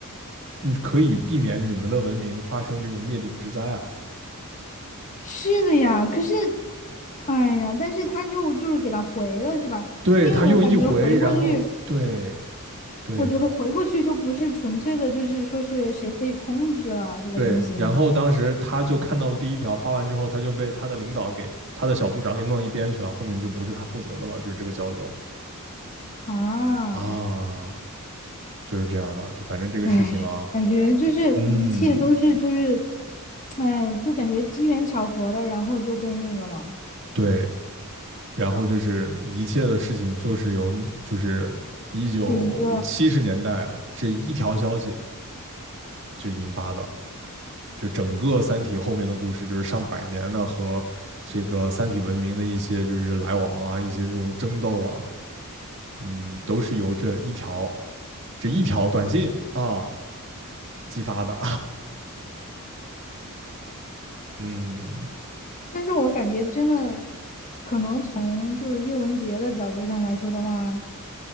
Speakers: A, on the right; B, on the left.
A: 你可以避免你们的文明发生这种灭顶之灾啊。
B: 是的呀，可是，哎呀，但是他就就是给他回了，是吧？
A: 对，
B: 因为我感觉回过去，
A: 他又一回，然后对对
B: 我觉得回过去就不是纯粹的，就是说是谁可以控制了这个东西
A: 对，然后当时他就看到了第一条，发完之后他就被他的领导给他的小组长给弄到一边去了，后面就不是他负责的了，就是这个交流
B: 啊。
A: 啊。就是这样的，就反正这个事情啊，
B: 哎呀，感觉就是一切都是就是，
A: 嗯，
B: 哎，就感觉机缘巧合的，然后就被那个了，
A: 对，然后就是一切的事情就是由就是一九七十年代这一条消息
B: 这一个。
A: 就引发的，就整个《三体》后面的故事就是上百年的和这个三体文明的一些就是来往啊，一些这种争斗啊，嗯，都是由这一条这一条短信啊激发的，嗯
B: 但是我感觉真的，可能从就是叶文洁的角度上来说的话，